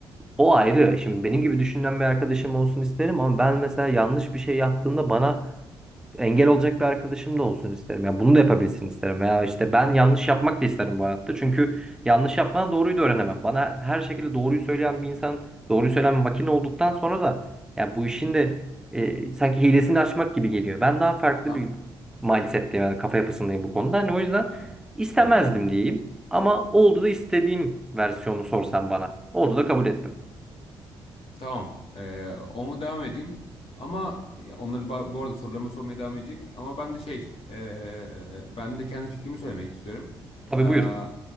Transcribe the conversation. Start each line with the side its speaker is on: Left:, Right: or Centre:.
Centre: O ayrı. Şimdi benim gibi düşünen bir arkadaşım olsun isterim ama ben mesela yanlış bir şey yaptığımda bana engel olacak bir arkadaşım da olsun isterim. Ya bunu da yapabilsin isterim. Veya işte ben yanlış yapmak da isterim bu hayatta. Çünkü yanlış yapmadan doğruyu da öğrenemem. Bana her şekilde doğruyu söyleyen bir insan, doğruyu söyleyen bir makine olduktan sonra da ya bu işin de e, sanki hilesini açmak gibi geliyor. Ben daha farklı
Left: Tamam.
Centre: bir mindset'teyim, yani kafa yapısındayım bu konuda. Hani o yüzden
Left: Aa,
Centre: istemezdim
Left: hmm.
Centre: diyeyim. Ama oldu da istediğim versiyonu sorsan bana. Oldu da kabul ettim.
Left: Tamam. Ee, onu devam edeyim. Ama ya onları ba- bu arada sorularımı sormaya devam edecek. Ama ben de şey, ee, ben de kendi fikrimi söylemek istiyorum.
Centre: Tabii
Left: Ee,
Centre: buyur.